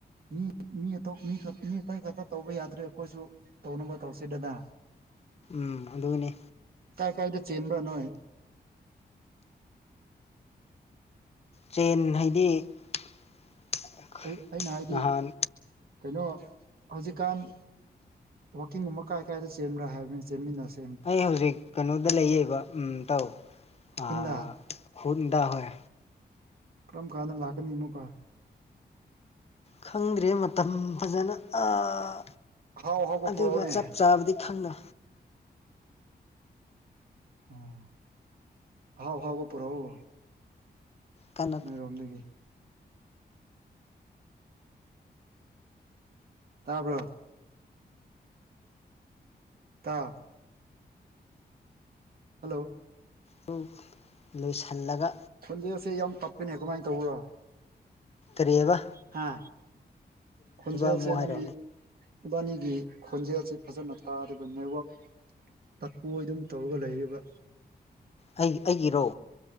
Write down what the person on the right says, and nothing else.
ꯃꯤ ꯃꯤ ꯑꯇꯣꯝ ꯃꯤ ꯈꯥ ꯃꯤ ꯑꯇꯩ ꯈꯇ ꯇꯧꯕ ꯌꯥꯗ꯭ꯔꯦ ꯑꯈꯣꯏꯁꯨ ꯇꯧꯅꯕ ꯇꯧꯁꯦ ꯗꯅꯥ
ꯀꯥꯢ ꯀꯥꯏꯗ ꯆꯦꯟꯕ꯭ꯔꯥ ꯅꯣꯏ
ꯑꯩ ꯑꯩꯅ ꯍꯥꯏꯗꯤ
ꯀꯩꯅꯣ ꯍꯧꯖꯤꯛꯀꯥꯟ ꯋꯥꯛꯀꯤꯡꯒꯨꯝꯕ ꯀꯥꯏ ꯀꯔꯥꯏꯗ ꯆꯦꯟꯕ꯭ꯔꯥ ꯍꯥꯏꯕꯅꯦ ꯆꯦꯟꯃꯤꯟꯅꯁ
ꯈꯨꯟꯗ
ꯀꯔꯝ ꯀꯥꯟꯗ ꯂꯥꯛꯀꯅꯤ ꯑꯃꯨꯛꯀꯥ
ꯑꯍꯥꯎ ꯑꯍꯥꯎꯕ
ꯄꯨꯔꯛꯎꯅꯦ
ꯑꯣ ꯑꯍꯥꯎ ꯑꯍꯥꯎꯕ ꯄꯨꯔꯑꯣ
ꯔꯣꯝꯗꯒꯤ ꯇꯥꯕ꯭ꯔꯣ ꯇꯥꯎ ꯍꯜꯂꯣ
ꯈꯣꯟꯖꯦꯜꯁꯦ ꯌꯥꯝ ꯇꯞꯄꯦꯅꯦ ꯀꯃꯥꯏꯟ ꯇꯧꯕ꯭ꯔꯥ
ꯍꯥ ꯈꯣꯟꯖꯦꯜꯁꯦ
ꯅꯪꯒꯤ
ꯏꯕꯥꯅꯤꯒꯤ ꯈꯣꯟꯖꯦꯜꯁꯦ ꯐꯖꯅ ꯇꯥꯗꯦꯕ ꯅꯦꯠꯋꯥꯛ ꯇꯠꯄꯣꯏ ꯑꯗꯨꯝ ꯇꯧꯔꯒ ꯂꯩꯌꯦꯕ